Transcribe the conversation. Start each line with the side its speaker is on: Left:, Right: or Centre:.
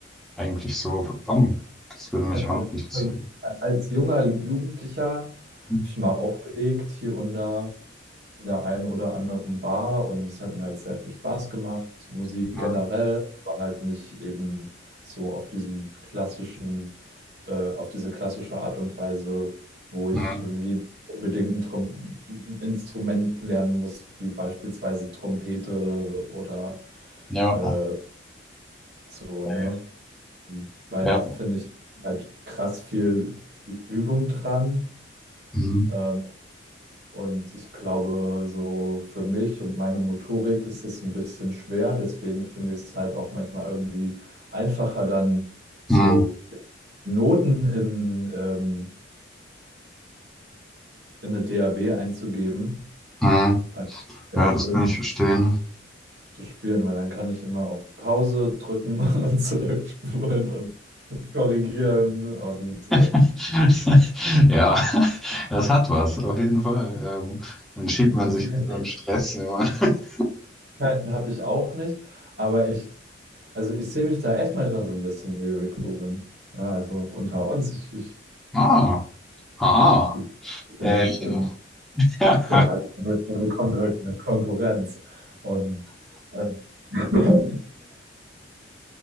Centre: eigentlich so bekommen? Das würde mich
Right: Ich habe
Centre: auch
Right: als,
Centre: noch interessieren.
Right: als junger Jugendlicher
Centre: Mhm.
Right: hab ich mal aufgelegt hier und da in der einen oder anderen Bar und es hat mir halt sehr viel Spaß gemacht. Musik
Centre: Mhm.
Right: generell, aber halt nicht eben so auf diesen klassischen, äh, auf diese klassische Art und Weise, wo ich
Centre: Mhm.
Right: irgendwie unbedingt ein, Trom ein Instrument lernen muss, wie beispielsweise Trompete oder
Centre: Ja,
Right: äh, so,
Centre: Safe.
Right: ne? Hm. weil
Centre: ja.
Right: da finde ich halt krass viel Übung dran.
Centre: Mhm.
Right: Ähm, und ich glaube, so für mich und meine Motorik ist es ein bisschen schwer. Deswegen finde ich es halt auch manchmal irgendwie einfacher, dann so
Centre: Mhm.
Right: Noten in, ähm, in eine DAW einzugeben,
Centre: Mhm.
Right: als halt
Centre: Ja, das
Right: irgendwie
Centre: kann ich verstehen.
Right: zu spielen, weil dann kann ich immer auf Pause drücken <laughs> und zurückspulen und korrigieren und,
Centre: <laughs>
Right: äh,
Centre: Ja, das hat was, auf jeden Fall. Ähm, dann schiebt
Right: und
Centre: man sich
Right: viel,
Centre: so einen Stress immer. <laughs>
Right: Möglichkeiten habe ich auch nicht, aber ich, also ich sehe mich da echt manchmal so ein bisschen wie Rick Rubin. Ja, also unter uns, ich, ich,
Centre: Ah, aha.
Right: ich, der
Centre: Äh,
Right: wird,
Centre: ja.
Right: irgend-
Centre: <laughs>
Right: der hat, der wird- der bekommt irgendeine Konkurrenz. Und ähm, <laughs>